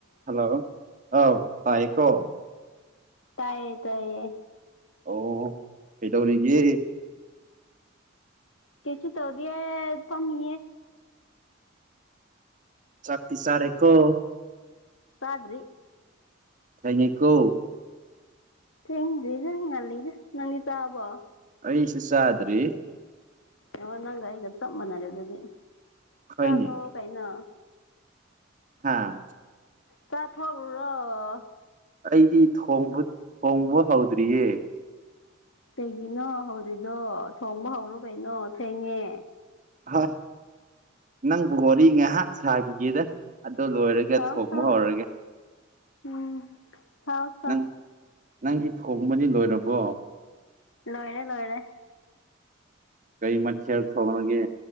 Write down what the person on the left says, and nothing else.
ꯇꯥꯏꯌꯦ ꯇꯥꯏꯌꯦ
ꯀꯁꯨ ꯇꯧꯔꯤꯄ ꯃꯤ
ꯇꯥꯗ꯭ꯔꯤ
ꯊꯦꯡꯗꯔꯤ ꯊꯪꯂꯤꯗ ꯅꯪ ꯆꯕ
ꯑꯣ ꯅꯪꯒ ꯑꯩꯒ ꯆꯞ ꯃꯥꯟꯅꯔꯦ ꯑꯗꯨꯗꯤ
ꯆꯥ ꯇꯧꯔ ꯀꯩꯅ
ꯆꯠ ꯍ꯭ꯔꯣ
ꯀꯩꯒꯤꯅꯣ ꯍꯧꯔꯤꯗꯣ ꯊꯣꯡꯕ ꯍꯧꯔꯣ ꯀꯩꯅꯣ ꯊꯦꯡꯉꯦ
ꯆꯥꯎ
ꯆꯥꯎ
ꯎꯝ ꯐꯥꯎꯁ
ꯂꯣꯏꯔꯦ ꯂꯣꯏꯔꯦ